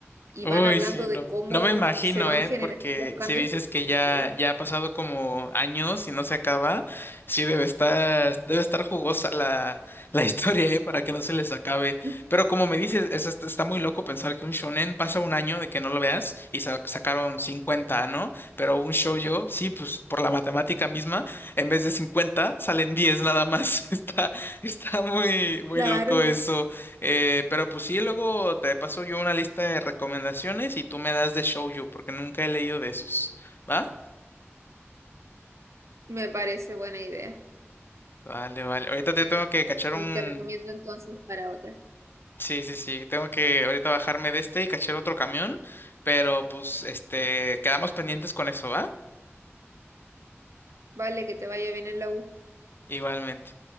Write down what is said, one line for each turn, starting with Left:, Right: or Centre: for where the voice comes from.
Right: y
Left: Uy,
Right: van hablando
Left: sí, no.
Right: de cómo
Left: No me imagino,
Right: se van
Left: ¿eh?
Right: generando
Left: Porque
Right: los cambios
Left: si dices
Right: políticos.
Left: que ya, ya ha pasado como años y no se acaba, sí debe estar, debe estar jugosa la, la <laughs> historia, ¿eh? Para que no se les acabe.
Right: Sí,
Left: Pero como me dices, es hasta- está muy loco pensar que un shonen pasa un año de que no lo veas y sa- sacaron 50, ¿no? Pero un shoujo, sí, pues por la matemática misma, en vez de 50, salen 10 nada más. <laughs> Está, está muy, muy
Right: claro,
Left: loco eso. Eh, pero pues sí, luego te paso yo una lista de recomendaciones y tú me das de shoujo, porque nunca he leído de esos, ¿va?
Right: me parece buena idea,
Left: Vale, vale. Ahorita yo tengo que cachar
Right: y
Left: un...
Right: te recomiendo entonces para otra.
Left: Sí, sí, sí, tengo que ahorita bajarme de este y cachar otro camión, pero pues este, quedamos pendientes con eso, ¿va?
Right: Vale, que te vaya bien en la U.
Left: Igualmente.